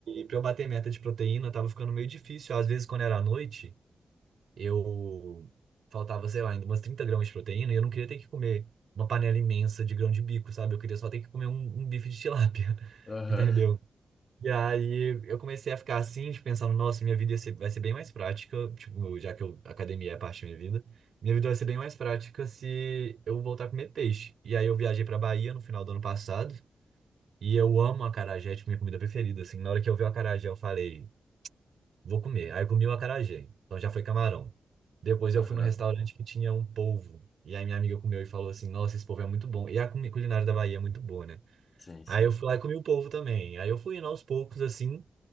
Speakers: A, on the right; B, on the left.
A: pra eu bater meta de proteína, tava ficando meio difícil. Às vezes, quando era à noite eu faltava, sei lá, ainda umas 30 gramas de proteína e eu não queria ter que comer uma panela imensa de grão de bico, sabe? Eu queria só ter que comer um, um bife de tilápia, <laughs>
B: Aham.
A: entendeu? E aí eu comecei a ficar assim, de pensando, nossa, minha vida ia ser- vai ser bem mais prática, tipo, eu- já que eu, academia é parte da minha vida, minha vida vai ser bem mais prática se eu voltar a comer peixe. E aí eu viajei pra Bahia no final do ano passado. E eu amo acarajé, é, tipo, minha comida preferida, assim. Na hora que eu vi o acarajé, eu falei, Vou comer. Aí eu comi o acarajé. Então já foi camarão. Depois eu
B: Aham.
A: fui num restaurante que tinha um polvo. E aí minha amiga comeu e falou assim: Nossa, esse polvo é muito bom. E a comi- culinária da Bahia é muito boa, né?
B: Sim,
A: Aí
B: sim.
A: eu fui lá e comi o polvo também. Aí eu fui indo aos poucos, assim.